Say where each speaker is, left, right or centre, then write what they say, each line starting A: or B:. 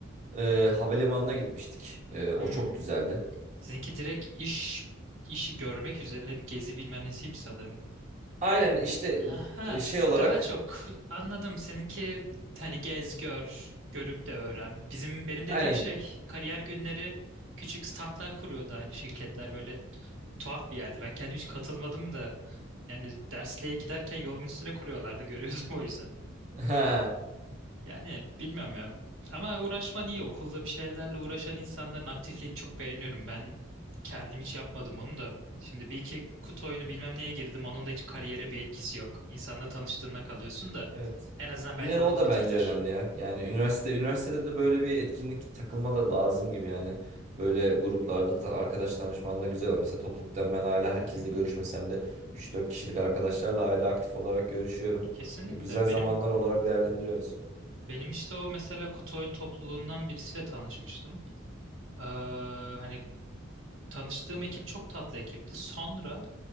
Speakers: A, on the right; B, on the right.
A: Ee, havalimanına gitmiştik Ee, o
B: Hmm.
A: çok güzeldi
B: Sizinki direkt iş işi görmek üzerine bir gezi bilmem nesiymiş sanırım.
A: aynen işte
B: Ha,
A: e, şey olarak
B: daha çok anladım. Seninki hani gez gör, görüp de öğren. Bizim benim dediğim
A: aynen
B: şey kariyer günleri küçük standlar kuruyordu aynı şirketler böyle tuhaf bir yerdi. Ben kendim hiç katılmadım da yani dersliğe giderken yolumun üstüne kuruyorlardı görüyordum <laughs> o yüzden.
A: <laughs>
B: Yani bilmiyorum ya. Ama uğraşman iyi. Okulda bir şeylerle uğraşan insanların aktifliğini çok beğeniyorum. Ben kendim hiç yapmadım onu da. Şimdi bir iki kutu oyunu bilmem neye girdim. Onun da hiç kariyere bir etkisi yok. İnsanla tanıştığına kalıyorsun da
A: Evet.
B: en azından
A: Yine
B: belki
A: de
B: okul
A: o da
B: bitirtir.
A: bence önemli ya. Yani üniversite üniversitede de böyle bir etkinlik takılma da lazım gibi yani. Böyle gruplarda ta- arkadaş tanışman da güzel. var. Mesela topluluktan ben hala herkesle
B: Hı hı.
A: görüşmesem de üç dört kişilik arkadaşlarla hala aktif olarak görüşüyorum.
B: Kesinlikle.
A: Ve güzel zamanlar
B: Benim
A: olarak değerlendiriyoruz.
B: benim işte o mesela kutu oyun topluluğundan birisiyle tanışmıştım. Ee, hani tanıştığım ekip çok tatlı ekipti. Sonra